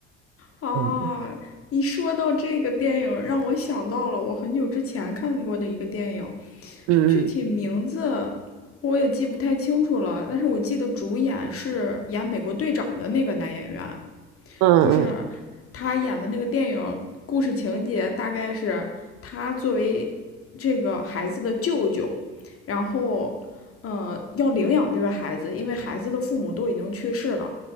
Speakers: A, on the left; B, on the right.
A: 啊，
B: 嗯
A: 你说到这个电影，让我想到了我很久之前看过的一个电影，
B: 嗯
A: 具体名字我也记不太清楚了，但是我记得主演是演美国队长的那个男演员。
B: 嗯
A: 就是他演的那个电影故事情节大概是他作为这个孩子的舅舅，然后呃要领养这个孩子，因为孩子的父母都已经去世了。